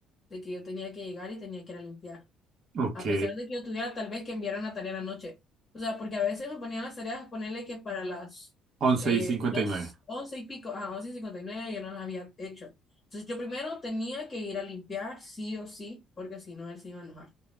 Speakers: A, on the left; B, on the right.
A: de que yo tenía que llegar y tenía que ir a limpiar
B: Ok,
A: a pesar de que yo tuviera tal vez que enviar una tarea en la noche. O sea, porque a veces me ponían las tareas, ponerle que para las
B: 11
A: eh,
B: y 59.
A: dos, once y pico, a once y cincuenta y nueve yo no las había hecho. Entonces yo primero tenía que ir a limpiar sí o sí, porque si no él se iba a enojar.